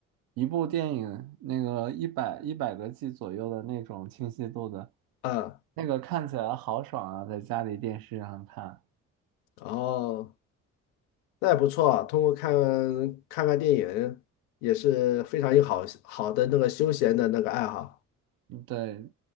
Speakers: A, on the right; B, on the left.
A: 一部电影那个一百一百个 G 左右的那种清晰度的，
B: 啊，
A: 那个看起来好爽啊，在家里电视上看。
B: 哦，那也不错啊通过看看看电影也是非常有好好的那个休闲的那个爱好，
A: 嗯对，